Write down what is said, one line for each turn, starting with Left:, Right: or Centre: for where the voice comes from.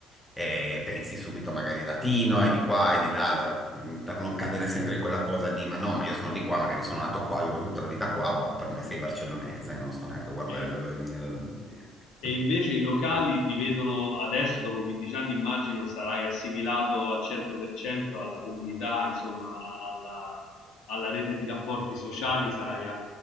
Centre: e pensi subito magari latino e di qua e di là, allora mh, per non cadere sempre in quella cosa di ma no, ma io sono di qua, magari sono nato qua, vivo tutta la vita qua, boh, per me sei barcellonese, non sto neanche a guardare
Left: E,
Centre: da dove vieni, da dove vieni.
Left: e
Centre: <laughs>
Left: invece i locali ti vedono adesso, dopo 15 anni, immagino sarai assimilato al 100% alla comunità, insomma, a- alla, alla rete di rapporti sociali, sarai a-